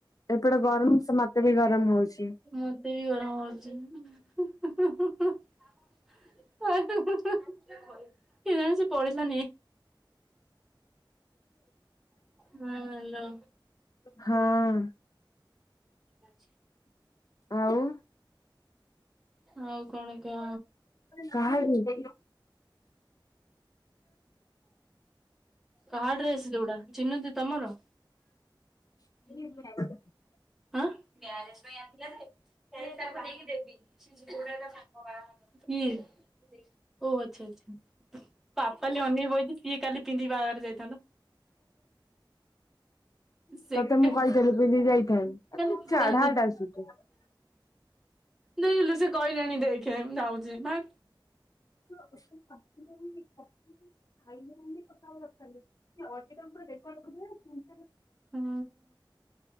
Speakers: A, on the left (about 45°); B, in the centre.
A: ଏପଟେ ଗରମ ମତେ ବି ଗରମ ହଉଛି।
B: ମତେ ବି ଗରମ ହୋଉଚି। <unintelligible> ଏ ଜ ସେ ପଢିଲା ହଁ ହାଲୋ
A: ହଁ।
B: ଅଛି।
A: ଆଉ
B: ଆଉ କଣ କ
A: କାହାର?
B: କାହା ଡ୍ରେସ ଦୋଉଡା ଚିି <unintelligible> ତମର?
A: ହ
B: ହଁ ମ୍ୟାରେଜ୍ ପାଇଁ <unintelligible> <unintelligible> ଓ ଆଚ୍ଛା ଆଚ୍ଛା। ପାପାଲି ଅନେଇ ବଇଛି ସିଏ କାଲି ପିନ୍ଧି ବାହାଘର ଯାଇଥାନ୍ତା। ସେ
A: ତତେ
B: କା
A: ମୁଁ କହିଥିଲି ପିନ୍ଧିକି ଯାଇଥାନ୍ତି
B: <unintelligible>
A: ତୁ ଚଢାଟା ସୁଧୁ।
B: ଦେଇିଲୁ ସେ କହିଲେଣି ଦେଖେ ଯାଉଚି ଭାଇ
A: ପ ପତ୍ ପ ଖାଇଲେ କଥାବ ଦରକାର ସେ <unintelligible> ରେକର୍ଡ କର।
B: ହଁ।